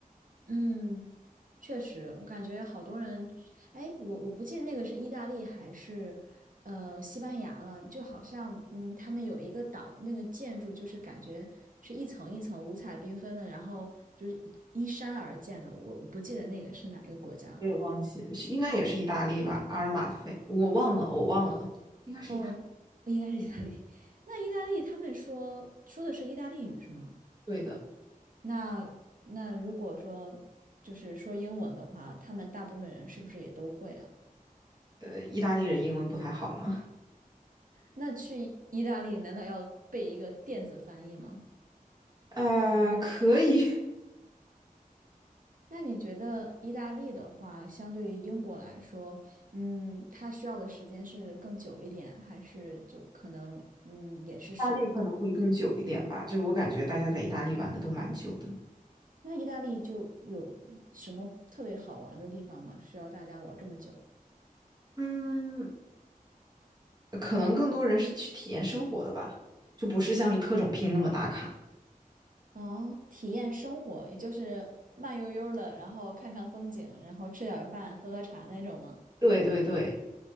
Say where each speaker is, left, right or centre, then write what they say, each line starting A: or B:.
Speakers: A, on the right (about 65°); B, on the right (about 30°).
A: 嗯，确实，我感觉好多人，哎，我我不记得那个是意大利还是呃西班牙了，就好像嗯，他们有一个岛，那个建筑就是感觉是一层一层五彩缤纷的，然后就是依山而建的，我我不记得那个是哪一个国家了。
B: 我也忘记了是应该也是意大利吧，阿尔马菲，我忘了，我忘了，应该是意大
A: 哦，应该是意大利。<laughs> 那意大利他们说说的是意大利语是吗？
B: 对的，
A: 那那如果说就是说英文的话，他们大部分人是不是也都会啊？
B: 呃，意大利人英文不太好呢，
A: 那去意大利难道要背一个电子翻译吗？
B: 呃，可以，<laughs> 意
A: 那你觉得意大利的话，相对于英国来说，嗯，它需要的时间是更久一点，还是就可能嗯也是十天左右？
B: 大利可能会更久一点吧，就是我感觉大家在意大利玩的都蛮久的，
A: 那意大利就有什么特别好玩的地方吗？需要大家玩这么久？
B: 嗯，可能更多人是去体验生活的吧，就不是像是特种兵那么打卡，
A: 哦，体验生活，也就是慢悠悠的，然后看看风景，然后吃点儿饭，喝喝茶那种吗？
B: 对对对。